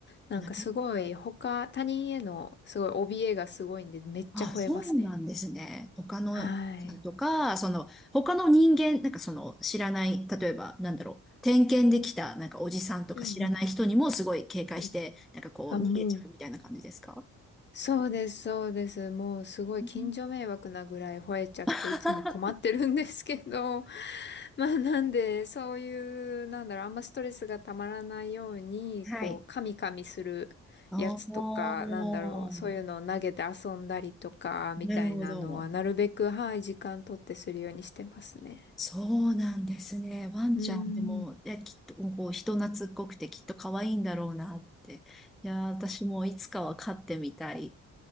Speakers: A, on the left; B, in the centre.
A: なんかすごい他、
B: な
A: 他人へのすごい怯えがすごいんでめっちゃ吠えますね。
B: あ、そうなんですね。他の、
A: はい。
B: とか、その、他の人間、なんかその、知らない、例えば、なんだろう、点検できた、なんかおじさんとか知らない人にもすごい警戒して、
A: うんうんうん。
B: なんかこう、
A: あ、もう。
B: 逃げちゃうみたいな感じですか
A: そうです、そうです。もうすごい近所迷惑なぐらい吠えちゃっていつも困ってるんですけど、
B: うん <laughs>
A: <laughs> まあなんでそういう、なんだろう、あんまストレスがたまらないように、
B: はい。
A: こう、カミカミするやつとか、
B: おー、
A: なんだろう、そういうのを投げて遊んだりとか、みたいなのはなるべく、
B: なるほど。
A: はい、時間取ってするようにしてますね。
B: そうなんですね。ワンちゃんでも、
A: うん。
B: いや、きっと、こう、人懐っこくてきっと可愛いんだろうなって。いや、私もいつかは飼ってみたい。